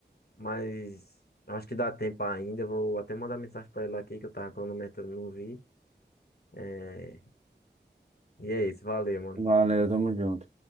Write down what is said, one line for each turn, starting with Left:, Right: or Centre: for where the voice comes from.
Left: mas acho que dá tempo ainda. Eu vou até mandar mensagem pra ele aqui que eu tava cronometrando, não vi. É, E é isso, valeu, mano.
Right: Valeu, tamo junto.